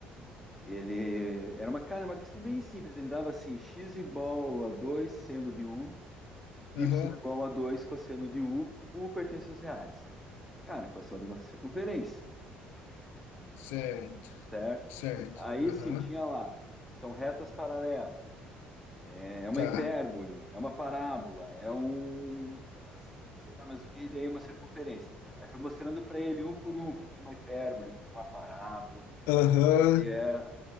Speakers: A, in the centre; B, on the left.
A: ele era uma, cara, uma questão bem simples, ele dava assim, x igual a 2 seno de u, y
B: Aham.
A: igual a 2 cosseno de u, u pertence aos reais. Cara, equação de uma circunferência,
B: Certo,
A: certo?
B: certo.
A: Aí
B: Aham.
A: assim, tinha lá, são retas paralelas, É é uma
B: Tá.
A: hipérbole, é uma parábola, é um. sei lá mais o que, e daí uma circunferência. Aí fui mostrando para ele, um por um, o que que é uma hipérbole, o que que é uma parábola.
B: Aham.
A: E é.